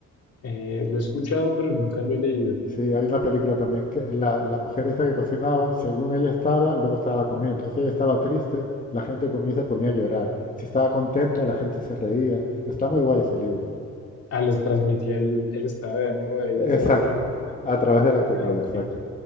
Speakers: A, on the left (about 55°); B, on the left (about 25°).
A: Eh, lo he escuchado, pero nunca lo he leído.
B: Sí, hay una película también que la, la mujer esta que cocinaba, según ella estaba, luego estaba la comida. Entonces, si ella estaba triste, la gente comía y se ponía a llorar. Si estaba contenta, la gente se reía. Está muy guay ese libro.
A: Ah, les transmitía el, el estado de ánimo de ella a través
B: Exacto,
A: de la comida
B: a través de la comida,
A: Ah, ok.
B: exacto.